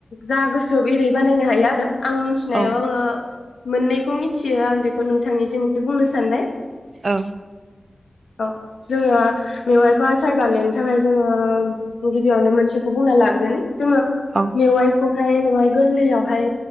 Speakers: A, on the left; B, on the right.
A: दा गोसो एरै बानायनो हायो आरो आं मिथिनायाव
B: औ
A: आङो मोननैखौ मिथियो आं बेखौ नोंथांनिसिम एसे बुंनो सानबाय
B: औ
A: औ जोंङो मेवाइखौ आसार बानायनायनि थाखाय जोंङो गिबियावनो मोनसेखौ बुंना लाग्रोनि जोंङो
B: औ उम
A: मेवाइ खौहाय मेवाय गोरलैयावहाय